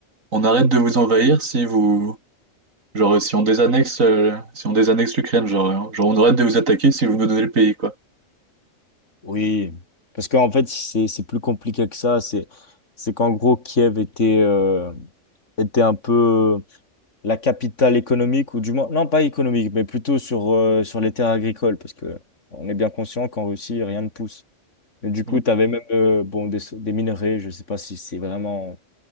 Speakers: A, on the right; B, on the left.
A: on arrête de vous envahir si vous, genre, euh, si on désannexe, euh, si on désannexe l'Ukraine, genre, euh, genre, on arrête de vous attaquer si vous nous donnez le pays, quoi.
B: Oui, parce qu'en fait, c'est c'est plus compliqué que ça. C'est c'est qu'en gros, Kiev était, euh, était un peu la capitale économique, ou du moins, non, pas économique, mais plutôt sur, euh, sur les terres agricoles, parce que on est bien conscient qu'en Russie, rien ne pousse. Et du coup,
A: Mm.
B: tu avais même euh, bon, des, des minerais, je sais pas si c'est vraiment